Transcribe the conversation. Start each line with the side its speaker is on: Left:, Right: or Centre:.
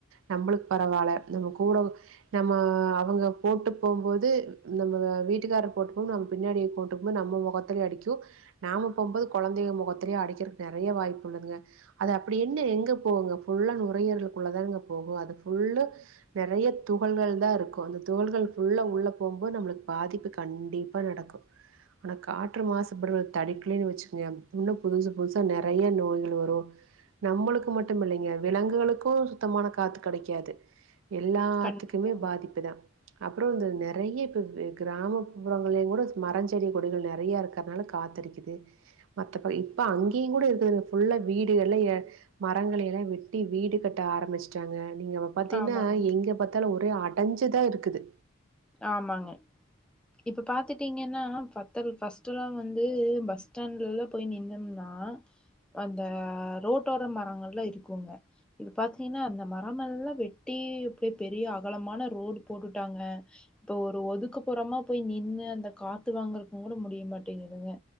Right: நம்மளுக்கு பரவால்ல நம்ம கூட நம்ம அவங்க போட்டு போம் போது நம்ம வீட்டுக்காரர் போட்டு போம்போது நம்ம பின்னாடி இருப்போ ட்டு நம்ம மொகத்துலயு அடிக்கு நாம போம்போது கொழந்தைக மொகத்துலயு அடிக்கிறதுக்கு நெறையா வாய்ப்பு உள்ளதுங்க அது அப்டி என்ன எங்க போகுங்க ஃபுல்லா நுரையீரலுக்குள்ள தானுங்க போகு அது ஃபுல்லு நெறையா துகள்கள் தா இருக்கு அந்த துகள்கள் ஃபுல்லா உள்ள போம்போது நம்மளுக்கு பாதிப்பு கண்டிப்பா நடக்கு ஆனா காற்று மாசப்படுறத தடுக்கலேன்னு வச்சுக்கோங்க இன்னு புதுசு புதுசா நெறையா நோய்கள் வரு நம்மளுக்கு மட்டு இல்லைங்க விலங்குகளுக்கு சுத்தமான காத்து கெடைக்காது எல்லாத்துக்குமே
Centre: கண்டிப்பாங்க
Right: பாதிப்புதா அப்பறோ இந்த நெறையப் இது கிராமப்புறங்களையு கூட மரஞ்செடி கொடிகள் நெறையா இருக்கர்னால காத்தடிக்கிது மத்தப்படி இப்ப அங்கேயு கூட இருக்கு இதுல ஃபுல்லா வீடுகள்ல ஏ மரங்கள எல்லா வெட்டி வீடு கட்ட ஆரம்பிச்ட்டாங்க நீங்க வ பாத்தீங்ன்னா
Centre: ஆமாங்க
Right: எங்க பாத்தாலு ஒரே அடஞ்சதா இருக்குது
Centre: ஆமாங்க இப்போ பாத்துட்டீங்கன்னா பத்தல் ஃபர்ஸ்ட்டெல்லா வந்து பஸ் ஸ்டாண்ட்ல எல்லா போய் நின்னம்னா அந்த ரோட்டோர மரங்கள்லா இருக்குங்க இது பாத்தீங்கன்னா அந்த மரமெல்லா வெட்டி இப்ப பெரிய அகலமான ரோடு போட்டுட்டாங்க இப்ப ஒரு ஒதுக்குப்புறமா போய் நின்னு அந்த காத்து வாங்குறக்கு கூட முடிய மாட்டேங்கிதுங்க